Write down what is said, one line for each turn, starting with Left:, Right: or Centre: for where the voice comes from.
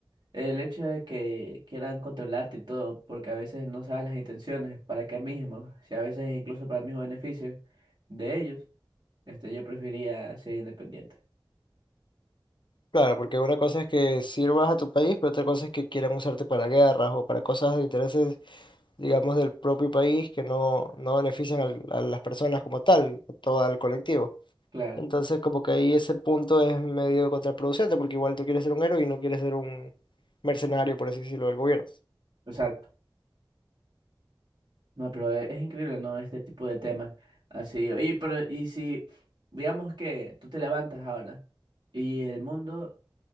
Right: el hecho de que quieran controlarte y todo, porque a veces no sabes las intenciones, para qué mismo, si a veces incluso para el mismo beneficio de ellos, este, yo preferiría ser independiente.
Left: Claro, porque una cosa es que sirvas a tu país, pero otra cosa es que quieran usarte para guerras o para cosas de intereses, digamos, del propio país que no, no benefician al- a las personas como tal, a todo al colectivo.
Right: Claro,
Left: Entonces, como que ahí ese punto es medio contraproducente, porque igual tú quieres ser un héroe y no quieres ser un mercenario, por así decirlo, del gobierno.
Right: exacto. No, pero e- es, increíble, ¿no? Este tipo de temas. Así, oye, pero y si, digamos que tú te levantas ahora y el mundo